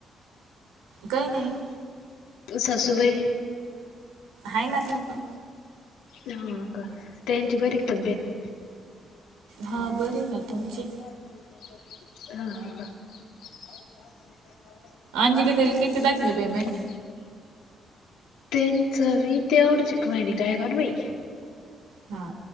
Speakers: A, on the right; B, on the left.
A: काही नाही
B: सासूबाई
A: आहे ना ते आपण
B: हा का त्यांची बरीच तब्येत
A: हा बर ना.
B: हा.
A: तुमचे
B: अतीन सणारार
A: अंजली दिली किती दाखिली पेमेंट
B: तीन चवी तेडची कमणी काय कर बाई.
A: हा.